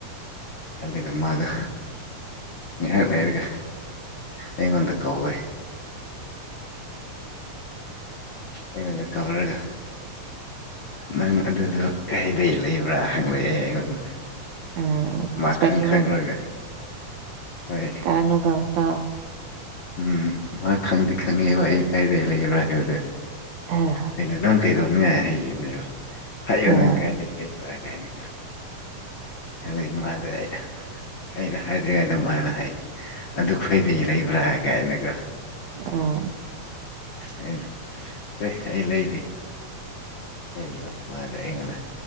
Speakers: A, on the left (about 55°); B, on the right (about 70°).
A: ꯑꯗꯨꯒ ꯃꯥꯗꯣ ꯉꯥꯏꯍꯥꯛ ꯂꯩꯔꯒꯦ ꯑꯩꯉꯣꯟꯗ ꯀꯧꯏ ꯑꯩꯉꯣꯟꯗ ꯀꯧꯔꯒ ꯅꯪ ꯑꯗꯨꯗꯣ ꯀꯩꯗꯒꯤꯩ ꯂꯩꯕ꯭ꯔꯥ ꯍꯪꯂꯛꯑꯦ ꯑꯩꯉꯣꯟꯗ
B: ꯎꯝ
A: ꯃꯈꯪ
B: ꯏꯁꯄꯦꯁꯤ
A: ꯈꯪꯔꯒ ꯍꯣꯏ
B: ꯀꯥꯅꯨꯗꯧꯗ <unintelligible>
A: ꯎꯝ ꯃꯥ ꯈꯪꯗꯦ ꯈꯪꯉꯦꯕ ꯑꯩ ꯀꯥꯏꯗ ꯂꯩꯕ꯭ꯔꯥ ꯍꯥꯏꯕꯗꯨꯣ
B: ꯑ
A: ꯑꯩꯅ ꯅꯪ ꯀꯩꯗꯧꯅꯤꯡꯉꯥꯏ ꯍꯩꯈꯤꯕꯅꯦꯕ ꯍꯥꯏꯌꯣ
B: ꯑꯥ
A: ꯅꯪ ꯀꯥꯏ ꯀꯥ ꯀꯥꯏꯅ ꯑꯗꯨ ꯃꯥꯗ ꯑꯩꯅ ꯍꯥꯏꯗ꯭ꯔꯤꯉꯩꯗ ꯃꯥꯅ ꯍꯥꯏꯌꯦ ꯑꯗꯨ ꯈꯣꯏꯗꯤ ꯂꯩꯕ꯭ꯔꯥ ꯀꯥꯏꯅꯒ
B: ꯑꯥ
A: ꯑꯩꯅ ꯇꯇꯩ ꯑꯩ ꯂꯩꯗꯤ ꯍꯕ ꯃꯥꯗꯦ ꯑꯩꯉꯣꯟꯗ